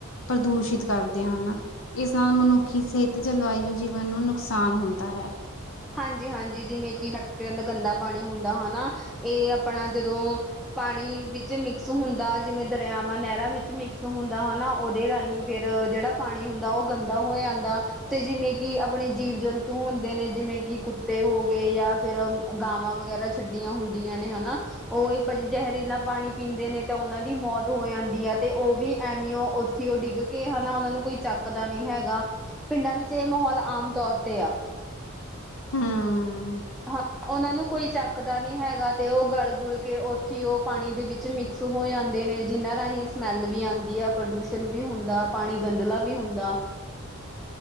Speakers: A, on the left; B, in the centre.
A: ਪ੍ਰਦੂਸ਼ਿਤ ਕਰਦੇ ਹਨ ਇਸ ਨਾਲ ਮਨੁੱਖੀ ਸਿਹਤ ਜਲਵਾਯੂ ਜੀਵਨ ਨੂੰ ਨੁਕਸਾਨ ਹੁੰਦਾ ਹੈ
B: ਹਾਂਜੀ ਹਾਂਜੀ ਜਿਵੇਂ ਕਿ ਫੈਕਟਰੀਆਂ ਦਾ ਗੰਦਾ ਪਾਣੀ ਹੁੰਦਾ ਹਨਾ ਇਹ ਆਪਣਾ ਜਦੋਂ ਪਾਣੀ ਵਿੱਚ ਮਿਕਸ ਹੁੰਦਾ ਜਿਵੇਂ ਦਰਿਆਵਾਂ ਨਹਿਰਾਂ ਵਿੱਚ ਮਿਕਸ ਹੁੰਦਾ ਹਨ ਨਾ ਉਹਦੇ ਰਾਹੀਂ ਫਿਰ ਜਿਹੜਾ ਪਾਣੀ ਹੁੰਦਾ ਉਹ ਗੰਦਾ ਹੋ ਜਾਂਦਾ ਤੇ ਜਿਵੇਂ ਕਿ ਆਪਣੇ ਜੀਵ ਜੰਤੂ ਹੁੰਦੇ ਨੇ ਜਿਵੇਂ ਕਿ ਕਿ ਕੁੱਤੇ ਹੋ ਗਏ ਯਾਂ ਫਿਰ ਗਾਵਾਂ ਵਗੈਰਾ ਛੱਡੀਆਂ ਹੁੰਦੀਆਂ ਨੇ ਹਨਾ ਉਹਜੀ ਜ਼ਹਿਰੀਲਾ ਪਾਣੀ ਪੀਂਦੇ ਨੇ ਤਾਂ ਉਹਨਾਂ ਦੀ ਮੌਤ ਹੋ ਜਾਂਦੀ ਹੈ ਤੇ ਉਹ ਵੀ ਐਵੇਂ ਉੱਥੇ ਉਹ ਡਿੱਗ ਕੇ ਹੈ ਨਾ ਉਹਨਾਂ ਨੂੰ ਕੋਈ ਚੱਕਦਾ ਨਹੀਂ ਹੈਗਾ ਪਿੰਡਾਂ ਵਿੱਚ ਇਹ ਮਾਹੌਲ ਆਮ ਤੌਰ ਤੇ ਆ
A: ਹਮ
B: ਹਾਂ ਉਹਨਾਂ ਨੂੰ ਕੋਈ ਚੱਕਦਾ ਨੀ ਹੈਗਾ ਤੇ ਉਹ ਗਲ ਗੁਲ ਕੇ ਉੱਥੇ ਉਹ ਪਾਣੀ ਦੇ ਵਿੱਚ ਮਿਕਸ ਹੋ ਜਾਂਦੇ ਨੇ ਜਿਨ੍ਹਾਂ ਰਾਹੀਂ ਸਮੈਲ ਵੀ ਆਉਂਦੀ ਆ ਪ੍ਰਦੂਸ਼ਣ ਵੀ ਹੁੰਦਾ ਪਾਣੀ ਗੰਦਲਾ ਵੀ ਹੁੰਦਾ
A: <inaudible>